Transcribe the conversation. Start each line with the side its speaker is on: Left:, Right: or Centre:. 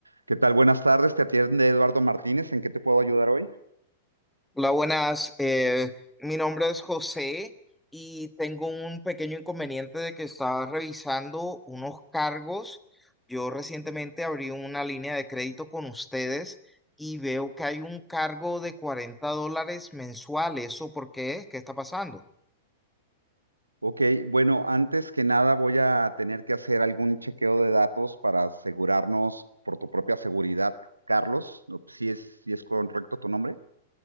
Right: ¿Qué tal? Buenas tardes, te atiende Eduardo Martínez. ¿En qué te puedo ayudar hoy?
Centre: Hola, buenas. Eh, mi nombre es José y tengo un pequeño inconveniente de que estaba revisando unos cargos. Yo recientemente abrí una línea de crédito con ustedes y veo que hay un cargo de 40 dólares mensual. ¿Eso por qué? ¿Qué está pasando?
Right: Ok, bueno, antes que nada voy a tener que hacer algún chequeo de datos para asegurarnos por tu propia seguridad, Carlos. ¿no? Si es, si es correcto tu nombre.